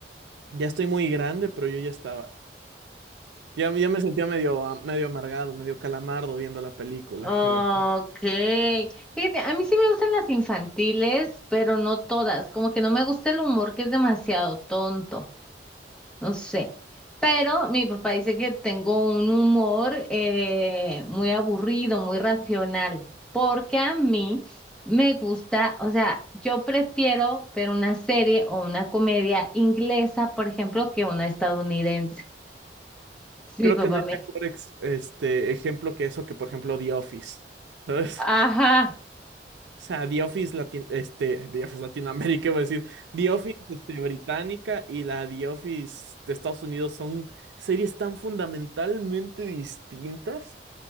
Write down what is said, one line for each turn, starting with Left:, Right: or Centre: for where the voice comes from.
Right: ya estoy muy grande, pero yo ya estaba, ya, ya me sentía medio, a- medio amargado, medio calamardo viendo la película,
Centre: Okay,
Right: la verdad.
Centre: Fíjate, a mí sí me gustan las infantiles, pero no todas. Como que no me gusta el humor que es demasiado tonto. No sé. Pero mi papá dice que tengo un humor eh, muy aburrido, muy racional. Porque a mí me gusta, o sea, yo prefiero ver una serie o una comedia inglesa, por ejemplo, que una estadounidense. Entonces,
Right: Creo
Centre: mi papá
Right: que no hay
Centre: me.
Right: mejor ex- este, ejemplo que eso que, por ejemplo, The Office, ¿sabes?
Centre: Ajá.
Right: O sea, The Office Latin, este, The Office Latinoamérica, <laughs> iba a decir, The Office, este, británica y la The Office de Estados Unidos son series tan fundamentalmente distintas